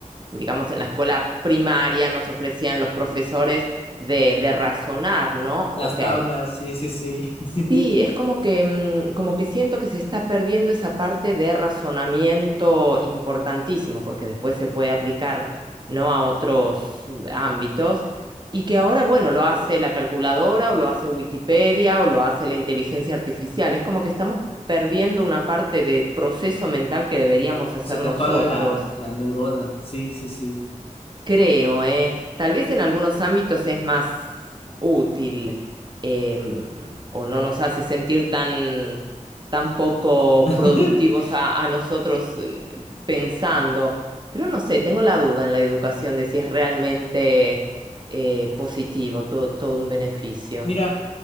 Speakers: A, on the right (about 35°); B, on the left (about 45°).
A: digamos, en la escuela primaria nos ofrecían los profesores de, de razonar, ¿no? Ok.
B: Las tablas, sí, sí, sí. <laughs>
A: Sí, es como que, mm, como que siento que se está perdiendo esa parte de razonamiento importantísimo, porque después se puede aplicar, ¿no? A otros ámbitos y que ahora, bueno, lo hace la calculadora o lo hace Wikipedia o lo hace la inteligencia artificial. Es como que estamos perdiendo una parte de proceso mental que deberíamos hacer
B: Se
A: nosotros.
B: te apaga la, la neurona, sí, sí, sí.
A: Creo, ¿eh? Tal vez en algunos ámbitos es más útil em, o no nos hace sentir tan, tan poco
B: <laughs>
A: productivos a, a nosotros eh, pensando, pero no sé, tengo la duda en la educación de si es realmente eh, positivo, todo, todo un beneficio.
B: Mira,